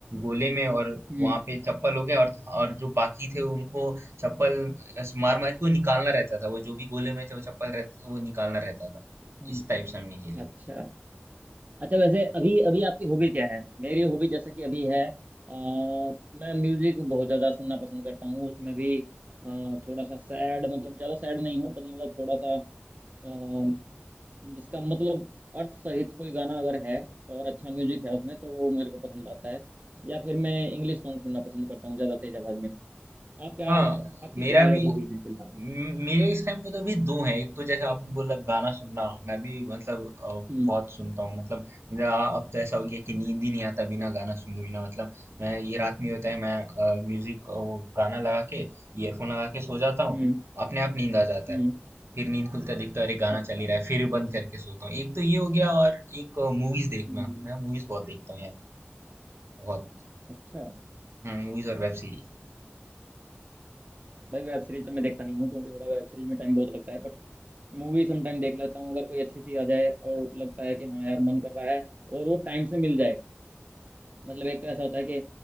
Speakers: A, on the right; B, on the right.
A: गोले में और
B: हम्म
A: वहां पे चप्पल हो गया और और जो बाकी थे उनको चप्पल अ, मार मार के वो निकालना रहता था वो जो भी गोले में जो चप्पल रहते थे वो निकालना रहता था
B: हम्म,
A: इस टाइप से हमने खेला
B: अच्छा अच्छा वैसे अभी अभी आपकी हॉबी क्या है मेरी हॉबी जैसा कि अभी है अ, मैं म्यूजिक बहुत ज्यादा सुनना पसंद करता हूँ उसमें भी अ, थोड़ा सा सैड मतलब ज्यादा सैड नहीं हो बट मतलब थोड़ा सा अ, जिसका मतलब अर्थ सहित कोई गाना अगर है और अच्छा म्यूजिक है उसमें तो वो मेरे को पसंद आता है या फिर मैं इंग्लिश सॉन्ग सुनना पसंद करता हूँ ज्यादा तेज आवाज में आप क्या
A: हाँ
B: आपकी
A: मेरा
B: क्या
A: भी
B: हॉबीज है फिलहाल
A: म- मेरे इस टाइम पे तो अभी दो हैं एक तो जैसे आपने बोला गाना सुनना मैं भी मतलब अ,
B: हम्म
A: बहुत सुनता हूँ मतलब मेरा अब तो ऐसा हो गया कि नींद ही नहीं आता बिना गाना सुने बिना मतलब मैं ये रात में होता है मैं अ, म्यूजिक अ, वो गाना लगा के ईयरफोन लगा के सो जाता हूँ
B: हम्म
A: अपने आप नींद आ जाता
B: हम्म
A: है फिर नींद खुलता दिखता है अरे गाना
B: अच्छा
A: चल ही रहा है फिर बंद करके सोता हूँ एक तो ये हो गया और एक मूवीज देखना
B: हम्म हम्म,
A: मैं मूवीज बहुत देखता हूँ यार बहुत
B: अच्छा
A: मूवीज और वेब सीरीज
B: भाई वेब सीरीज तो मैं देखता नहीं हूँ क्योंकि थोड़ा वेब सीरीज में टाइम बहुत लगता है बट मूवी समटाइम देख लेता हूँ अगर कोई अच्छी सी आ जाए और लगता है कि हाँ यार मन कर रहा है और वो टाइम से मिल जाए मतलब एक तो ऐसा होता है कि